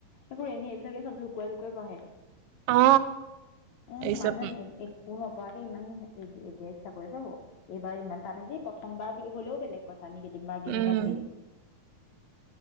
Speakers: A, on the left; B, on the right.
A: এইবোৰ এনেই। এইবিলাকে চব লুকুৱাই লুকুৱাই পঢ়ে।
B: অ
A: উম
B: এইচব
A: মানুহে <unintelligible> একো নোপোৱা কৈ এচ ডি আইত ইমান চাকৰি পাব এইবাৰ ইমান টানে কি প্ৰথমবাৰ বুলি হ'লেও বেলেগ কথা। সানি কেইটি মাৰগেউ
B: উম
A: নাছিল।